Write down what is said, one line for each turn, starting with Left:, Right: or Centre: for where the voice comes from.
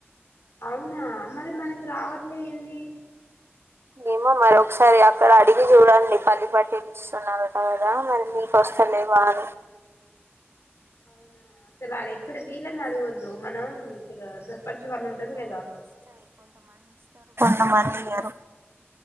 Left: అవునా మరి మనకి రావట్లే ఏంది
Right: ఏమో మరి ఒకసారి అక్కడ అడిగి చూడండి పని పట్టి ఇస్తున్నారట కదా మరి మీకు వస్తలే వా అని
Left: అవునా అతలాడే ఇక్కడ వీలని అడగొద్దు మనం ఇక్క సర్పంచ్ వాళ్ళు ఉంటారు గదా
Right: కొంత మంది ఈయరు